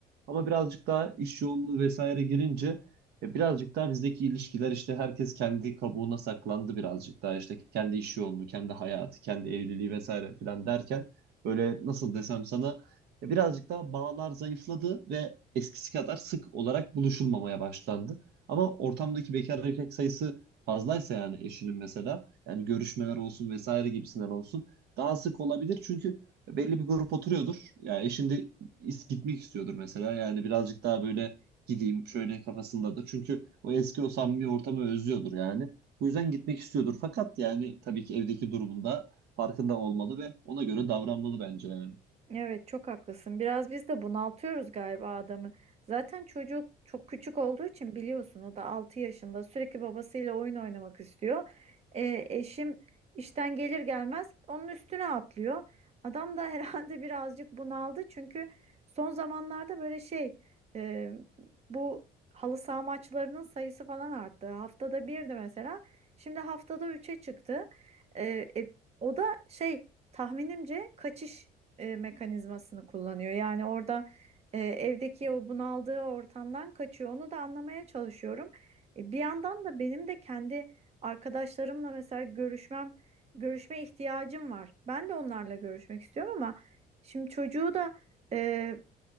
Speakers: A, on the right; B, on the right.
A: Ama birazcık daha iş yoğunluğu vesaire girince e, birazcık daha bizdeki ilişkiler işte herkes kendi kabuğuna saklandı birazcık daha işte kendi iş yoğunluğu, kendi hayatı, kendi evliliği vesaire filan derken böyle nasıl desem sana e, birazcık daha bağlar zayıfladı ve eskisi kadar sık olarak buluşulmamaya başlandı. Ama ortamdaki bekar erkek sayısı fazlaysa yani eşinin mesela yani görüşmeler olsun vesaire gibisinden olsun daha sık olabilir çünkü belli bir grup oturuyordur. Ya eşin de is- gitmek istiyordur mesela yani birazcık daha böyle gideyim şöyle kafasındadır. Çünkü o eski o samimi ortamı özlüyordur yani. Bu yüzden gitmek istiyordur fakat yani tabii ki evdeki durumunda farkında olmalı ve ona göre davranmalı bence yani.
B: Evet çok haklısın. Biraz biz de bunaltıyoruz galiba adamı. Zaten çocuk çok küçük olduğu için biliyorsun o da 6 yaşında sürekli babasıyla oyun oynamak istiyor. Ee, eşim işten gelir gelmez onun üstüne atlıyor. Adam da <laughs> herhalde birazcık bunaldı çünkü son zamanlarda böyle şey e, bu halı saha maçlarının sayısı falan arttı. Haftada birdi mesela. Şimdi haftada üçe çıktı. Ee, e, o da şey tahminimce kaçış e, mekanizmasını kullanıyor. Yani orada e, evdeki o bunaldığı ortamdan kaçıyor. Onu da anlamaya çalışıyorum. E, bir yandan da benim de kendi arkadaşlarımla mesela görüşmem, görüşme ihtiyacım var. Ben de onlarla görüşmek istiyorum ama şimdi çocuğu da e,